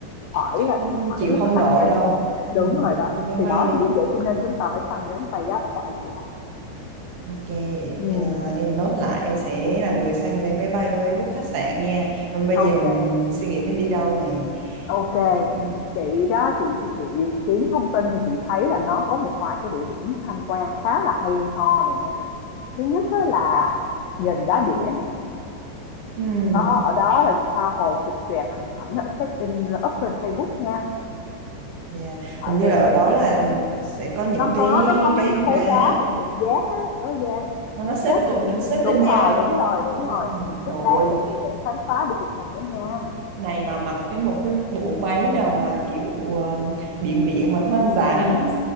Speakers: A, on the left; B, on the right.
A: phải
B: chắc
A: là phải
B: chịu
A: lắm
B: không nổi đâu ừ,
A: Đúng rồi đó,
B: đi máy
A: thì
B: bay
A: đó
B: đi
A: chính vì vậy cho nên chúng ta phải săn vé máy bay giá rẻ là vậy đó.
B: Ok, để
A: Ừm,
B: ờ, em nốt lại em sẽ là người săn vé máy bay với book khách sạn nha. Mà bây
A: ok,
B: giờ mình suy nghĩ mình đi đâu nè.
A: ok.
B: Chị-
A: Chị đó, chị thì chị kiếm thông tin thì chị thấy là nó có một vài cái địa điểm tham quan khá là hay ho này nha. Thứ nhất á là gành Đá Đĩa nè.
B: ừm,
A: Đó, ở đó là tha hồ chụp choẹt hình ảnh ở check in up lên Facebook nha.
B: dạ.
A: Tại
B: Hình như
A: vì
B: là ở đó là sẽ có những
A: nó
B: cái
A: có nó có mấy
B: cái
A: cái khối
B: đá
A: đá hình lục giác á nó Giang
B: nó
A: nó
B: nó xếp
A: xếp
B: cu-
A: hình
B: xếp
A: đúng
B: lên nhau.
A: rồi đúng rồi đúng
B: Ừm,
A: rồi rất
B: trời
A: đáng
B: ơi,
A: để để để khám phá để chụp hình đó nha
B: này mà mặc cái một cái bộ váy nào mà kiểu ờ, biển biển mà hoang dã
A: ừ,